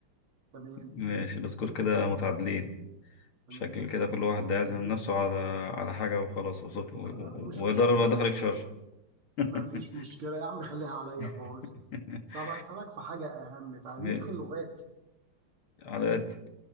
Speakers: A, on the right; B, on the left.
A: تمام
B: ماشي السكور كده متعادلين
A: تمام
B: شكل كده كل واحد هيعزم
A: اديك
B: نفسه على على حاجة وخلاص وصوت- و-
A: آه،
B: و-
A: مش
B: ويضرب
A: مشكله
B: ما دخلك شر <laughs>
A: ما فيش مشكله يا عم خليها عليا
B: <laughs>
A: خالص طب هسألك في حاجه اهم بقى
B: ماشي.
A: ليك في اللغات
B: على قد